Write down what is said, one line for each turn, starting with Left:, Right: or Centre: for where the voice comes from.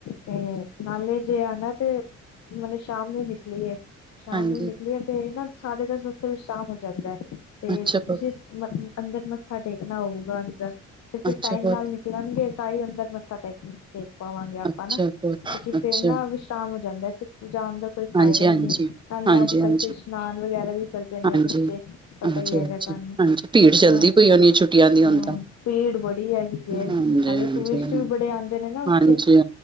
Left: ਤੇ ਨਾਲੇ ਜੇ ਆਣਾ ਤੇ ਮਤਲਬ ਸ਼ਾਮ ਨੂੰ ਨਿਕਲੀਏ ਸ਼ਾਮ
Right: ਹਾਂਜੀ
Left: ਨੂੰ ਨਿਕਲੀਏ ਤੇ ਨਾ ਸਾਢੇ ਦਸ ਉੱਥੇ ਉੱਥੇ ਵਿਸ਼ਰਾਮ ਹੋ ਜਾਂਦਾ ਹੈ ਤੇ
Right: ਅੱਛਾ ਪੁੱਤ,
Left: ਤੁਸੀ ਅੰਦਰ ਮੱਥਾ ਟੇਕਣਾ ਹੋਵੂਗਾ ਜਿਦਾ ਤੇ ਫਿਰ
Right: ਅੱਛਾ
Left: ਟਾਇਮ
Right: ਪੁੱਤ
Left: ਨਾਲ ਨਿਕਲਂਗੇ ਤਾਂ ਹੀ ਅੰਦਰ ਮੱਥਾ ਟੇਕ ਪਾਵਾਂਗੇ ਆਪਾਂ
Right: ਅੱਛਾ
Left: ਨਾ
Right: ਬਹੁਤ
Left: ਕਿਉਂਕਿ
Right: ਅੱਛਾ
Left: ਨਹੀਂ, ਫਿਰ ਵਿਸ਼ਰਾਮ ਹੋ ਜਾਂਦਾ ਐ। ਕਿਤੇ ਜਾਣ ਦਾ ਕੋਈ ਫਾਇਦਾ
Right: ਹਾਂਜੀ
Left: ਈ
Right: ਹਾਂਜੀ
Left: ਨਹੀਂ, ਨਾਲੇ
Right: ਹਾਂਜੀ
Left: ਅੱਜ-ਕੱਲ੍ਹ
Right: ਹਾਂਜੀ ਹਾਂਜੀ
Left: ਫਿਰ ਇਸ਼ਨਾਨ ਵਗੈਰਾ ਵੀ ਕਰਦੇ ਨੇ
Right: ਹਾਂਜੀ
Left: ਬੱਚੇ। ਪਤਾ ਹੀ ਹੈਗਾ
Right: ਹਾਂਜੀ
Left: ਤੁਹਾਨੂੰ,
Right: ਹਾਂਜੀ ਭੀੜ ਚੱਲਦੀ
Left: ਉਹ ਜਗ੍ਹਾ ਹੈ
Right: ਪਈ ਹੋਣੀ ਛੁੱਟੀਆਂ ਦੀ
Left: ਤੇ
Right: ਹੁਣ
Left: ਉੱਥੇ
Right: ਤਾਂ
Left: ਭੀੜ ਬੜੀ ਹੈਗੀ। ਹਾਂ ਜੀ, ਉੱਥੇ
Right: ਹਾਂਜੀ ਹਾਂਜੀ
Left: ਟੂਰਿਸਟ ਵੀ ਬੜੇ ਆਂਦੇ ਨੇ ਓੱਥੇ।
Right: ਹਾਂਜੀ